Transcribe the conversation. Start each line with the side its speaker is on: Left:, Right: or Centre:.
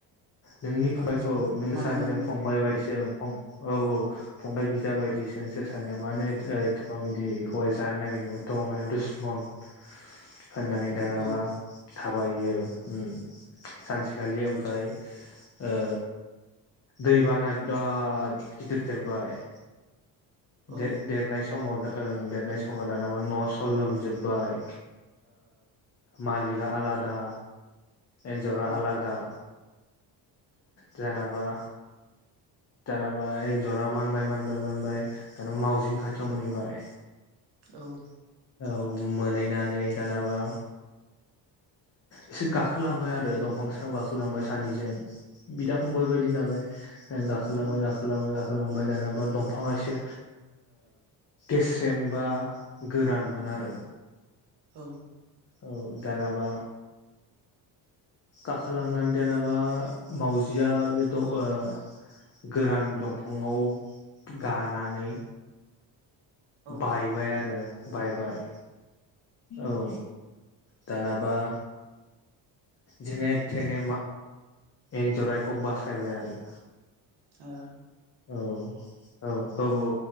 Left: नोंनि फंबायखौ
Right: आतसा
Left: नोंसोर
Right: मालिका
Left: सानैजों
Right: माने
Left: फंबाय बायदिसो औ औ फंबाय बिदा बायदिसो नोंसोर सानैया मानो एथबां बिदि एखौहाय जानो नागिर थ मानो दुसमन होननानै दानाबा
Right: औ
Left: थाबाय बियो सानसेखालि ओमफ्राय ओ दैबाना बिराद गिदिर देरबाय।
Right: औ
Left: दे-देरनाय समाव द ओं देरनाय समाव दानाबा न'स' लोमजोब्बाय मालिका आला दा एन्जरा
Right: औ
Left: आलादा- जेनाबा
Right: <inaudible>
Left: दानाबा एन्जरा मानबाय मानबाय मानबाय दानाबा मावजिनि खाथियाव मोनहैबाय।
Right: औ
Left: औ मोनहैनानै दानाबा एसे गाखोलांबाय आरो दंफां सायाव गाखोलांबाय सानैजों बिदा फंबाय
Right: उम
Left: बायदि नालाय गाखोलांबाय
Right: औ
Left: गाखोलांबाय गाखो लांबाय दाना बा दंफांआ एसे गेस्रेम बा गोरान मोना आरो
Right: औ
Left: औ दानाबा। गाखोलांनानै दानाबा मावजिया बे दं गोरान दंफाङाव गानानै
Right: औ
Left: बायबाय आरो बायबाय। औ दानाबा। जेने थेने एन्जराइखौ बासायबाय आरो
Right: ए।
Left: औ औ औ औ